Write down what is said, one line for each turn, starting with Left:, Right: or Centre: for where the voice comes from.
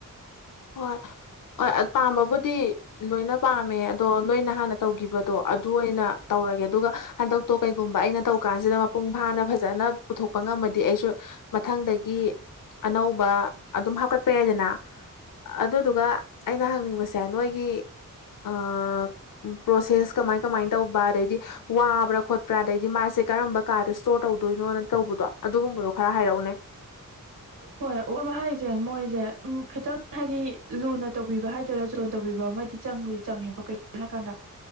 Left: ꯍꯣꯏ ꯑꯣꯏ ꯄꯥꯝꯕꯕꯨꯗꯤ ꯂꯣꯏꯅ ꯄꯥꯝꯃꯦ ꯑꯗꯣ ꯅꯣꯏꯅ ꯍꯥꯟꯅ ꯇꯧꯒꯤꯕ ꯇꯣ ꯑꯗꯨ ꯑꯣꯏꯅ ꯇꯧꯔꯒꯦ ꯑꯗꯨꯒ ꯍꯟꯗꯛꯇꯣ ꯀꯩꯒꯨꯝꯕ ꯑꯩꯅ ꯇꯧꯀꯥꯟꯁꯤꯗ ꯃꯄꯨꯡ ꯐꯥꯅ ꯐꯖꯅ ꯄꯨꯊꯣꯛꯄ ꯉꯝꯃꯗꯤ ꯑꯩꯁꯨ ꯃꯊꯪꯗꯒꯤ ꯑꯅꯧꯕ ꯑꯗꯨꯝ ꯍꯥꯞꯀꯠꯄ ꯌꯥꯏꯗꯅ ꯑꯗꯨꯗꯨꯒ ꯑꯩꯅ ꯍꯪꯅꯤꯡꯕꯁꯦ ꯅꯣꯏꯒꯤ ꯑꯥ ꯄ꯭ꯔꯣꯁꯦꯁ ꯀꯃꯥꯏ ꯀꯃꯥꯏ ꯇꯧꯕ ꯑꯗꯩꯗꯤ ꯋꯥꯕ꯭ꯔꯥ ꯈꯣꯠꯄ꯭ꯔꯥ ꯑꯗꯩꯗꯤ ꯃꯥꯁꯦ ꯀꯔꯝꯕ ꯀꯥꯗ ꯏꯁꯇꯣꯔ ꯇꯧꯗꯣꯏꯅꯣꯅ ꯇꯧꯕꯗꯣ ꯑꯗꯨꯒꯨꯝꯕꯗꯣ ꯈꯔ ꯍꯥꯏꯔꯛꯎꯅꯦ <inaudible>
Right: ꯍꯣꯏ ꯋꯥꯕ ꯍꯥꯏꯁꯦ ꯃꯣꯏꯁꯦ ꯎꯝ ꯈꯤꯇꯪ ꯍꯥꯏꯗꯤ ꯂꯨꯅ ꯇꯧꯕꯤꯕ ꯍꯥꯏꯗꯣꯏꯔꯥ ꯆꯣꯟ ꯇꯧꯕꯤꯕ ꯑꯃꯗꯤ ꯆꯪꯕꯗꯤ ꯆꯪꯉꯦꯕ ꯀꯩꯒꯤꯅꯣ ꯍꯥꯏ ꯀꯥꯟꯗ